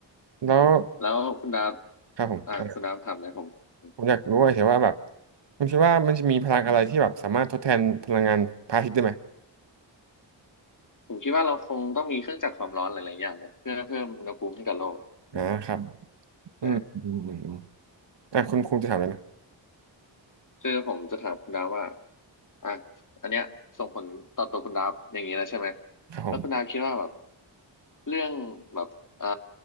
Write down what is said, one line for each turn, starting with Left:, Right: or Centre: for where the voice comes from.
Right: แล้ว
Left: แล้วคุณดาว
Right: ครับผมเอ่า
Left: อ่ะคุณดาวถามเลยผมม
Right: ผมอยากรู้เฉยๆว่าแบบคุณคิดว่ามันจะมีพลังอะไรที่แบบสามารถทดแทนพลังงานพระอาทิตย์ได้ไหม
Left: ผมคิดว่าเราคงต้องมีเครื่องจักรความร้อนหลายๆอย่างนะเพื่อเพิ่มอุณหภูมิให้กับโลกอะอืม
Right: อ่าครับอืมอืมอืมอม
Left: ใช่
Right: อ่ะคุณครูจะถามแล้วนะ
Left: คือผมจะถามคุณดาวว่าอ่ะอันเนี้ยส่งผลต่อตัวคุณดาวอย่างนี้แล้วใช่ไหม
Right: ครับผม
Left: แล้วคุณดาวคิดว่าแบบเรื่องแบบเอ่อ